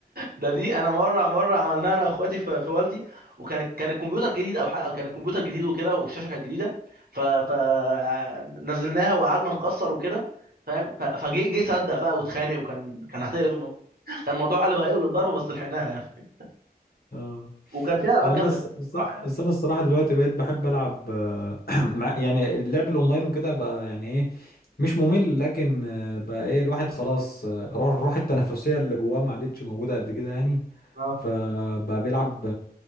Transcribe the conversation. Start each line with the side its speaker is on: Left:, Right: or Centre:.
Right: ده دي انا مره مره عملناها انا واخواتي في, في والدي وكان كان الكمبيوتر جديد او حاجه كان الكمبيوتر جديد وكده والشاشه كانت جديده ف ف نزلناها وقعدنا نكسر وكده فاهم ف- فجه جه صدق بقى واتخانق وكان كان هتقلب الموضوع كان الموضوع قلب هيقلب ضرب بس لحقناها يعني
Left: اه
Right: وكان فيها العاب
Left: انا
Right: جامده
Left: الص...
Right: كتير
Left: الص-
Right: بصراحه يعني
Left: الص- انا الصراحه دلوقتي بقيت بحب العب آه، <clears throat> مع... يعني اللعب الاونلاين وكده بقى يعني ايه مش ممل لكن آه، بقى ايه الواحد خلاص آه، روح الروح التنافسيه اللي جواه ما عادتش موجوده قد كده يعني
Right: اه
Left: فبقى بيلعب